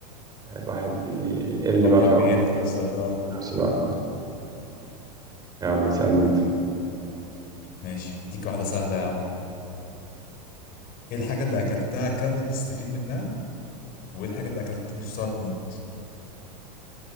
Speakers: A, on the right (about 20°); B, on the left (about 45°).
A: الواحد بيقل
B: عمرك
A: بقى في العمر
B: بيقل في نفس الوقت اه
A: في نفس الوقت اه يلا اسألني انت
B: ماشي هديك واحدة سهلة يا عم ايه الحاجة اللي اكلتها كاملة بتستفيد منها وايه الحاجة اللي اكلت نصها تموت